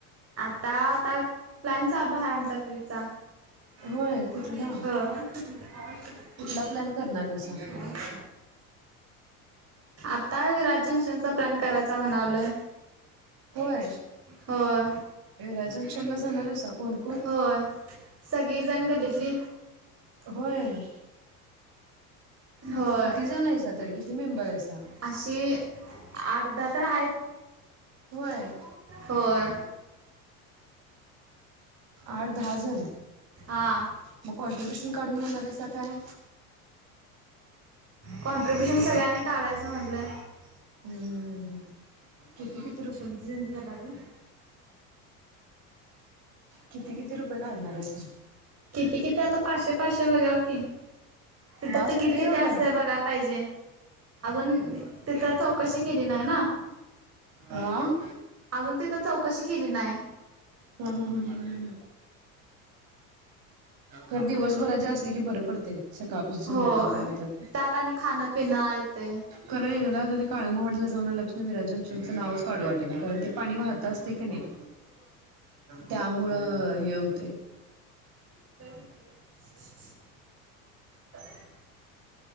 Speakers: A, on the right; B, on the right.
A: आता आता प्लॅन चालू आहे आमचा ट्रिपचा. ह
B: होय कुठला?
A: <inaudible>
B: कुठला प्लॅन करणार आहेसा?
A: आता विराज जंक्शनचा प्लॅन करायचा म्हणालोय.
B: होय,
A: होय
B: विरा जंक्शन ला जाणार आहे स? कोण कोण?
A: होय सगळीजण गल्लीतली
B: होय.
A: होय
B: किती जणयसा तरी किती मेंबर आहेयचा?
A: अशी आठ दहा तर आहेत.
B: होय.
A: होय
B: आठ दहा जण,
A: हा
B: मग कॉन्ट्र्रीब्युशन काढून देणार आहेसा काय?
A: कॉन्ट्रिब्युशन सगळ्यांनी काढायचं म्हटलं.
B: हम्, हम्, हम्, हम
A: शब्जी चंज करलाग <unintelligible>
B: किती किती रुपये काढणार आहे सा?
A: किती- किती आता पाचशे, पाचशे बघा की. तिथं
B: बास
A: तिकीट
B: होतंय
A: किती
B: एवढं?
A: असतं बघा पाहिज अजून तिथे चौकशी केली नाही ना.
B: आं.
A: अजून तिथ चौकशी केली नाही.
B: ह ह ह ह ह ना ख दिवसभराचे असले की बरे पडते. सकाळ त संध्याकाळपर्यंत
A: होय त्यात आणि खाणं पिणं येते
B: खरं एकदा ते काळमाॉडला जाऊन आल्यापासून विराज जंक्शन नाव काढू वाटत, कारण ते पाणी वाहत असते की नाही, त्यामुळं हे होते
A: म <inaudible>